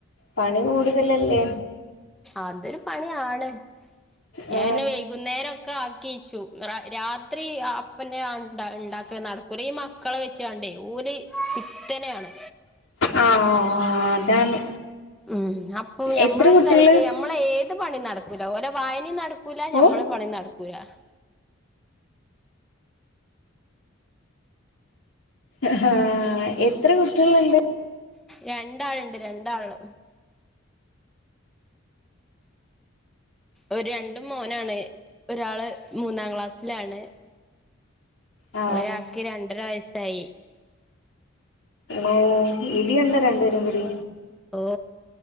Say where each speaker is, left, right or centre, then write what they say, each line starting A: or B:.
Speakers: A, on the left (about 70°); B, in the centre.
A: പണി കൂടുതലല്ലേ
B: അതൊരു പണിയാണ് ഞാൻ
A: ആ
B: പിന്നെ വൈകുന്നേരം ഒക്കെ ആക്കി വച്ചു രാത്രി അപ്പന്നെണ്ട ഉണ്ടാക്ക നടക്കുരഈ മക്കളെ വെച്ച് കണ്ടേ ഓര് ത്തനാണ്
A: ആ ഓ അതാണ്
B: ഉം അപ്പം ഞമ്മളൊരു
A: എത്ര കുട്ടികള്
B: തലക്ക് ഞമ്മള ഏ ത് പണി നടക്കൂല ഓര വായനയും നട ക്കുല ഞമ്മള്
A: ഓ
B: പണി നട ക്കരാ
A: ആഹ എ എത്ര കുട്ടികൾുണ്ട്
B: രണ്ടാളുണ്ട് രണ്ടാള് ഒരു രണ്ടും മോനാണ് ഒരാള് മൂന്നാം ക്ലാസ്സിലാണ്
A: ആ
B: ഒരാക്ക്ി രണ്ടര വയസ് സൈ
A: ഓ ഇടിയുണ്ട രണ്ടുപേരും കൂടി
B: ഓ